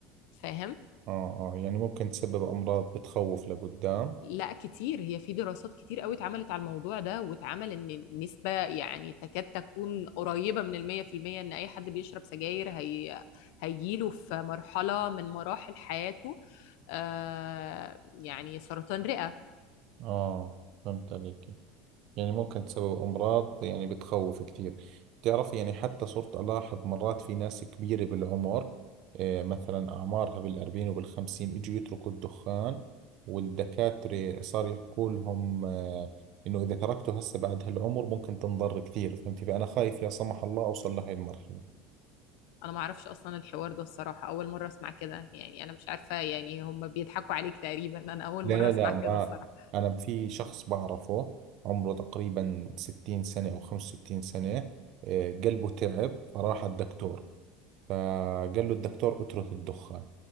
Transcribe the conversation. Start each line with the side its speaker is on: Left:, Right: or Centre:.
Left: فاهم
Right: اه اه يعني ممكن تسبب امراض بتخوف لقدام
Left: لا كتير هي في دراسات كتير قوي اتعملت على الموضوع ده واتعمل ان النسبة يعني تكاد تكون قريبة من المية في المية ان اي حد بيشرب سجاير هي هيجيله في مرحلة من مراحل حياته آه يعني سرطان رئة
Right: اه فهمت عليك يعني ممكن تسبب امراض يعني بتخوف كثير بتعرف يعني حتى صرت الاحظ مرات في ناس كبيرة بالعمر آه مثلا اعمارها بالاربعين وبالخمسين اجوا يتركوا الدخان والدكاترة صار يحكوا لهم آه انه اذا تركته هسه بعد هالعمر ممكن تنضر كثير فهمتي فانا خايف لا سمح الله اوصل لهي المرحلة
Left: انا ما اعرفش اصلا الحوار ده الصراحة اول مرة اسمع كده يعني انا مش عارفة يعني هم بيضحكوا عليك تقريبا انا اول
Right: لا
Left: مرة
Right: لا
Left: اسمع
Right: لا ما
Left: كده الصراحة
Right: أنا في شخص بعرفه عمره تقريبا ستين سنة أو خمس وستين سنة آه، قلبه تعب فراح الدكتور فقال له الدكتور اترك الدخان